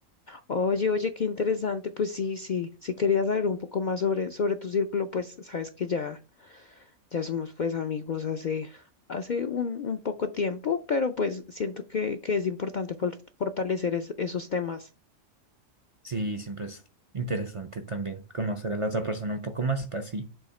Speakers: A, on the left; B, on the right.
A: Oye, oye, qué interesante, pues sí, sí, sí quería saber un poco más sobre, sobre tu círculo, pues sabes que ya, ya somos pues amigos hace, hace un, un poco tiempo, pero pues siento que, que es importante for- fortalecer es- esos temas.
B: Sí, siempre es interesante también conocer a la otra persona un poco más, así